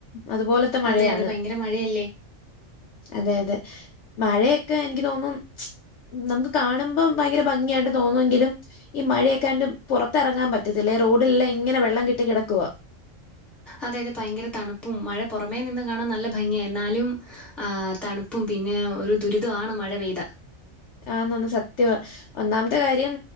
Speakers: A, on the left (about 70°); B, in the centre.
A: അതുപോലത്തെ മഴയാണ്.
B: അതെ അതെ ഭയങ്കര മഴയല്ലേ
A: അതെ, അതെ മഴയൊക്കെ എനിയ്ക്ക് തോന്ന്ന്നു നമുക്ക് കാണുമ്പം ഭയങ്കര ഭംഗിയായിണ്ട് തോന്നുവെങ്കിലും ഈ മഴയൊക്കെണ്ട് പൊറ ത്തെറങ്ങാൻ പറ്റത്തില്ല ഈ റോഡില്ലാം ഇങ്ങനെ വെള്ളം കെട്ടി കെടക്കുവാ
B: അതെ യതെ ഭയങ്കര തണുപ്പും മഴ പൊറമേ നിന്ന് കാണാൻ നല്ല ഭംഗിയ എന്നാലും ആഹ് തണുപ്പും പിന്നെ ഒരു ദുരിത ആണ് മഴ പെയ്ത
A: ആന്നന്ന് സത്യവ ഒന്നാമത്തെ കാര്യം